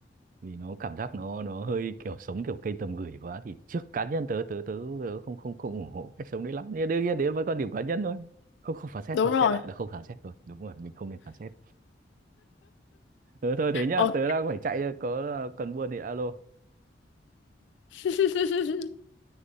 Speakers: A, on the right; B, on the left.
A: vì nó cảm giác nó nó hơi kiểu sống kiểu cây tầm gửi quá thì trước cá nhân tớ tớ tớ, tớ không không không ủng hộ cách sống đấy lắm nhưng đương nhiên đấy với quan điểm cá nhân thôi không không phán xét
B: đúng
A: thôi xét
B: rồi
A: lại là không phán xét thôi đúng rồi mình không nên phán xét ừ, thôi thế nhá
B: Ồ.
A: tớ đang phải chạy rồi có ờ, cần buôn thì alo
B: <laughs>